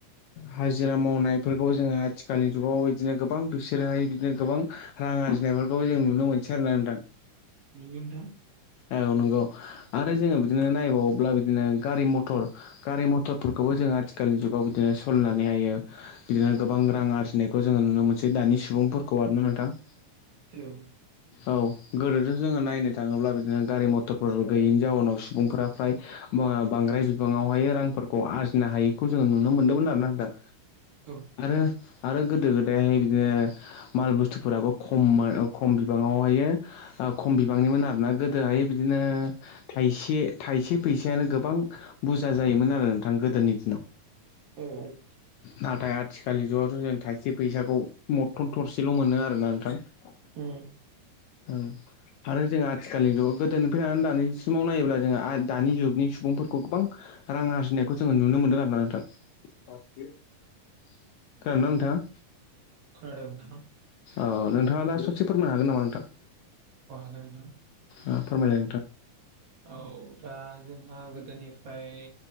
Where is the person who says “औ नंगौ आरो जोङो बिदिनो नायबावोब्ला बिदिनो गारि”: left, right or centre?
Left